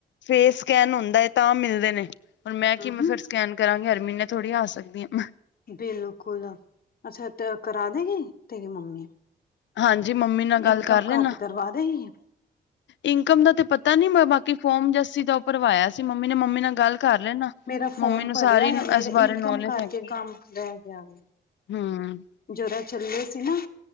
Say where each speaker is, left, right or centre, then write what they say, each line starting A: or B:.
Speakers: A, on the left; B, on the left.
A: ਫੇਸ ਸਕੈਨ ਹੁੰਦਾ ਹੈ ਤਾਂ ਮਿਲਦੇ ਨੇ ਹੁਣ ਮੈਂ ਕਿ ਮਤ
B: ਹੂੰ
A: ਫਿਰ ਸਕੈਨ ਕਰਾਂਗੇ, ਹਰ ਮਹੀਨੇ ਥੋੜ੍ਹੀ ਆ ਸਕਦੀ ਆ।
B: ਬਿਲਕੁਲ, ਅੱਛਾ ਕਰਾ ਦੇਗੀ ਤੇਰੀ ਮੰਮੀ
A: ਹਾਂਜੀ, ਮੰਮੀ ਨਾਲ ਗੱਲ
B: ਇਨਕਮ
A: ਕਰ ਰਹੇ
B: ਘੱਟ
A: ਨਾ।
B: ਕਰਵਾ ਦੇਗੀ
A: ਇਨਕਮ ਦਾ ਤੇ ਪਤਾ ਨੀ ਬਾਕੀ ਫੋਰਮ ਜਸੀ ਦਾ ਭਰਵਾਇਆ ਸੀ ਮੰਮੀ ਨੇ ਮੰਮੀ ਨਾਲ ਗੱਲ ਕਰ ਲੈਣਾ
B: ਮੇਰਾ ਫੋਮ
A: ਮੰਮੀ ਨੂੰ
B: ਭਰਿਆ
A: ਸਾਰੀ
B: ਹੋਇਆ ਮੇਰਾ
A: ਇਸ ਬਾਰੇ
B: ਇਨਕਮ
A: ਨੌਲੇਜ
B: ਕਰਕੇ
A: ਹੈਗੀ
B: ਕੰਮ ਰਹਿ ਗਿਆ ਵੇ
A: ਹਮ
B: ਜਰਾ ਚੱਲੇ ਸੀ ਨਾ